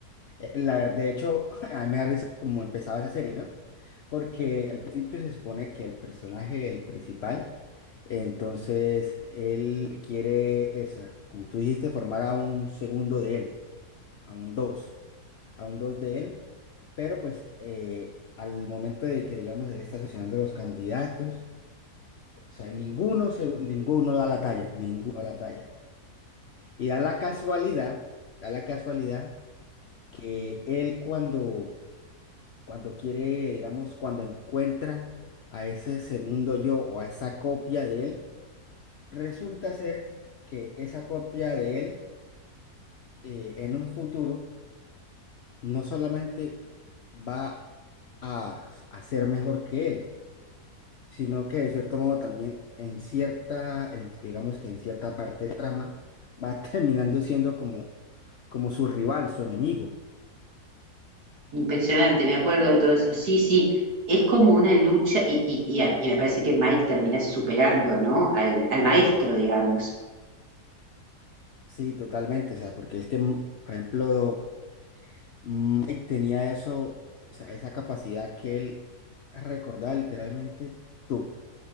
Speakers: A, on the left; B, on the right.
A: Eh, La verdad, de hecho, <laughs> a mí me da risa cómo empezaba esa serie, ¿no? Porque al principio se supone que el personaje, el principal, entonces él quiere esa, como tú dijiste, formar a un segundo de él, a un dos, a un dos de él, pero pues eh, al momento de que, digamos, él está seleccionando los candidatos. O sea, ninguno, se- ninguno da la talla, ninguno da la talla. Y da la casualidad, da la casualidad que él cuando, cuando quiere, digamos, cuando encuentra a ese segundo yo o a esa copia de él, resulta ser que esa copia de él eh, en un futuro no solamente va a, a ser mejor que él, sino que de cierto modo también en cierta, en- digamos que en cierta parte de trama, va <laughs> terminando siendo como, como su rival, su enemigo.
B: Impresionante, me acuerdo de todo eso. Sí, sí, es como una lucha y, y- y a- y me parece que Mike termina superando, ¿no? Al, al maestro, digamos.
A: Sí, totalmente, o sea, porque es que, mm, por ejemplo, Mike tenía eso, o sea, esa capacidad que él recordaba literalmente todo,